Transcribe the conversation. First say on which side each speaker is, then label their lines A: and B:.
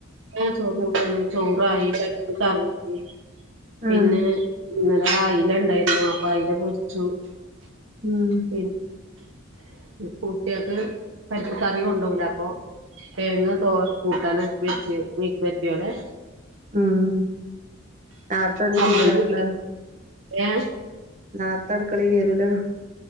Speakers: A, on the right; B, on the right.
A: ആഹ് ചോറും കൂട്ടനായി ചോറായി <unintelligible> പിന്നെ
B: ആഹ്.
A: ഇന്നലെ അയ്ല ഇണ്ടായിരുന്നു അപ്പൊ അയ്ല പൊർച്ചു.
B: ഉം
A: പി കുട്യാക്ക് പരിപ്പ്കറി കൊണ്ടോവ്‌ലപ്പോ തെങ്ങ് തോ കൂട്ടാനൊക്കെ വെച്ച് <unintelligible>
B: ഉം ഉം ആർത്തെ എണീക്കു
A: ചമ്മന്തി
B: ആക്കാരല്ലേ.
A: ഏ
B: നേർത്തെ അടുക്കളികേരൂലെ